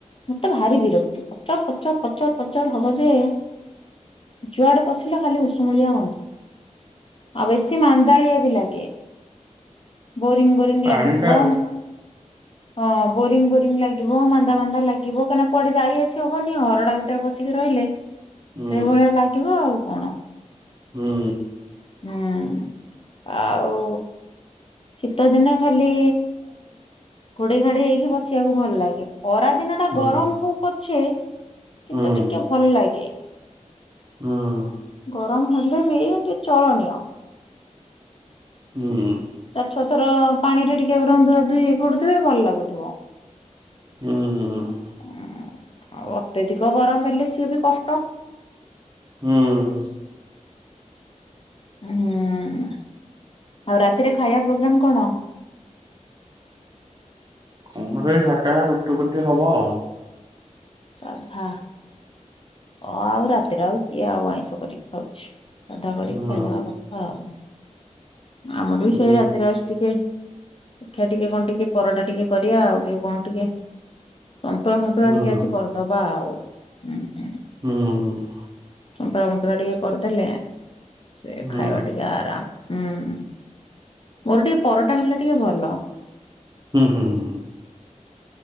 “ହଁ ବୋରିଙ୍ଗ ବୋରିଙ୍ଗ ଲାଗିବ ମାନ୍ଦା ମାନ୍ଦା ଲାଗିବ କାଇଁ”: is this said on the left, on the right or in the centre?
Left